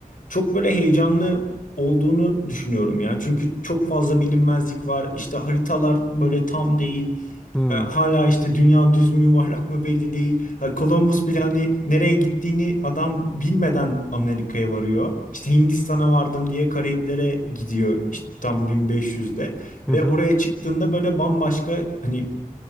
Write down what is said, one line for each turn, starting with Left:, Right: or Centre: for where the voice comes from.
Left: çok böyle heyecanlı olduğunu düşünüyorum ya. Çünkü çok fazla bilinmezlik var. İşte haritalar böyle tam değil.
Centre: hı.
Left: E, hala işte dünya düz mü yuvarlak mı belli değil. Ha, Columbus bile hani nereye gittiğini adam bilmeden Amerika'ya varıyor. İşte Hindistan'a vardım diye Karayiplere gidiyor işte tam 1500'de
Centre: Hı hı.
Left: ve oraya çıktığında böyle bambaşka hani